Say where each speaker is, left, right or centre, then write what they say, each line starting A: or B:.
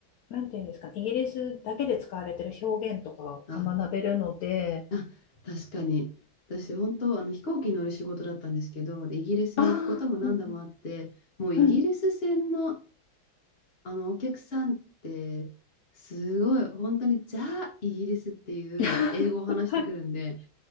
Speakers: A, on the left; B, on the left.
A: なんていうんですかね、イギリスだけで使われてる表現とかが学べるので、
B: あ、あ、確かに。私、本当、あの飛行機乗る仕事だったんですけど、で、イギリスに行くことも何度もあって、
A: ああ、うんうん
B: もうイギリス船の、
A: うん。
B: あのお客さんって、すごい、本当にザ・イギリスっていう英語を話してくるんで、
A: <laughs> はい。